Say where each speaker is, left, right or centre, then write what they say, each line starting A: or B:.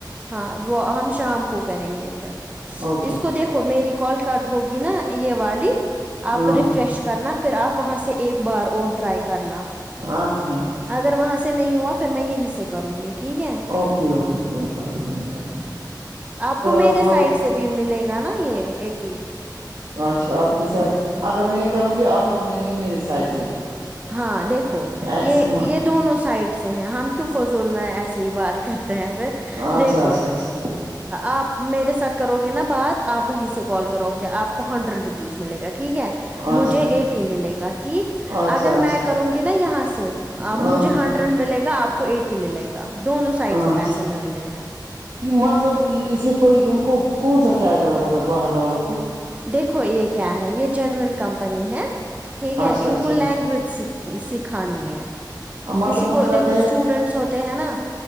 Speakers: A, on the right; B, on the right.
A: ہاں وہ ہم شام کو کریں گے پھر
B: اوکے
A: اس کو دیکھو میری کال کٹ ہوگی نا یہ والی آپ
B: ہاں
A: ریفریش کرنا پھر آپ وا سے ایک بار اور ٹرائی کرنا
B: آج کے آج
A: اگر وہاں سے نہیں ہوافھر میں یہی سے کروں گی ٹھیک ہے
B: اوکے اوکے کوئی بات نئی کرو
A: آپ کو میرے
B: اواور بولو
A: سائڈ سے بھی ملے گا نا یہ ایٹی
B: اچھا آپ کے سات اگر میں یہ کروں گی آپ کو میں یہ میرے سائز سے بھی
A: ہاں دیکھو
B: اچھا
A: یہ یہ دونوں سائڈ سے ہیں ہم کی فضول میں ایسے ہی بات کرتے ہیں پھر
B: اچھا
A: دیکھو
B: اچھا اچھا
A: آپ میرے ساتھ کرو گے نا بات آپ وہیں سے کال کرو گے آپ کو ہنڈریڈ رپیس ملے گا ٹھیک ہے
B: اچھا
A: مجھے ایٹی ملے گا ٹھیک
B: اچھا
A: اگر
B: اچھا
A: میں کروں گی نا یہاں سے مجھے
B: ہاں
A: ہنڈریڈ ملے گا آپ کو ایٹی ملے گا دونوں سائڈ سے
B: اچھا
A: پیسے ملتے ہیں
B: مطلب اس میں کوئی ان کو کون سا فائدہ ہوگا باہر والوں کو
A: دیکھو یہ کیا ہے یہ جینیوں کمپنی ہے ٹھیک ہے
B: اچھا
A: ان
B: اچھا
A: کو لینگویج سکھانی ہے
B: مطلب
A: کسی کو
B: ہم کرتے
A: دیکھو
B: ہیں
A: اسٹوڈینٹس ہوتے ہیں نا